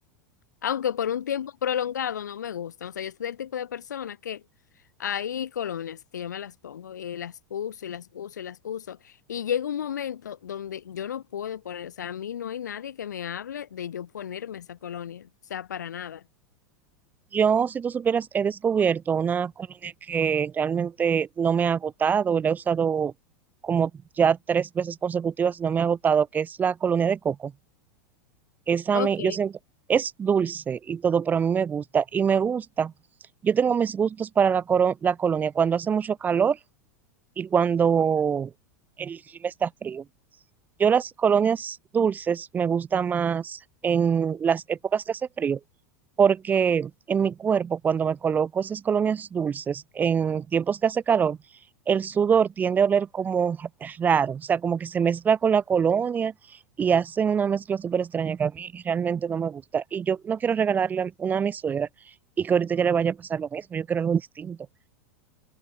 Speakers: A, on the left; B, on the right.
A: aunque por un tiempo prolongado no me gustan. O sea, yo soy del tipo de persona que hay colonias que yo me las pongo y las uso y las uso y las uso. Y llega un momento donde yo no puedo poner, o sea, a mí no hay nadie que me hable de yo ponerme esa colonia, o sea, para nada.
B: Yo, si tú supieras, he descubierto una colonia que realmente no me ha agotado, la he usado como ya tres veces consecutivas y no me ha agotado, que es la colonia de Coco. esa
A: Ok.
B: a mí, yo siento, es dulce y todo, pero a mí me gusta. Y me gusta. Yo tengo mis gustos para la, coro- la colonia cuando hace mucho calor y cuando el clima está frío. Yo las colonias dulces me gusta más en las épocas que hace frío, porque en mi cuerpo, cuando me coloco esas colonias dulces, en tiempos que hace calor, el sudor tiende a oler como raro, o sea, como que se mezcla con la colonia y hacen una mezcla súper extraña que a mí realmente no me gusta. Y yo no quiero regalarle una a mi suegra y que ahorita ya le vaya a pasar lo mismo, yo quiero algo distinto.